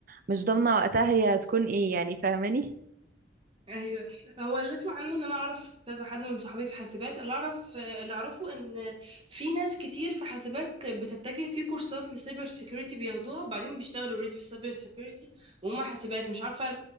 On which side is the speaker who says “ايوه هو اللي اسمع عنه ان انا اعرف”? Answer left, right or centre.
Right